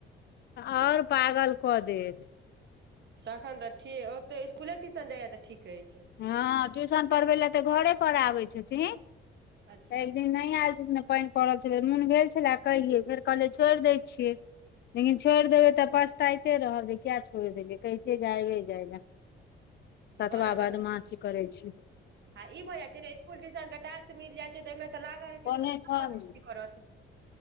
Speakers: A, on the left; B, on the right.
A: आओर पागलकदेथ
B: तखन तऽ ठीक ओतै इसकुले टिशन जाइया तऽ ठीक एछै,
A: हँ ट्यूशन पढ़बै लए तऽ घरे पर आबै छथिन
B: अच्छा
A: एक दिन नै आयल छलखिन पानि पड़ल छै मुन भेल छलए कहिये फेर कहलियै छोड़ि दै छियै लेकिन छोड़ि देबै तऽ पछताइते रहब जे किया छोड़ि देलियै कहितियै जे आबे जाइ लए ततवा
B: ओना
A: बदमासी
B: बद
A: करै छै
B: आ ई भऽ जाइ छै ने इसकुल टीशन के टास्क मिल जाइ छै तऽओईमे तऽ लागल रहै
A: कोने
B: छै त
A: छहमे
B: <unintelligible> करत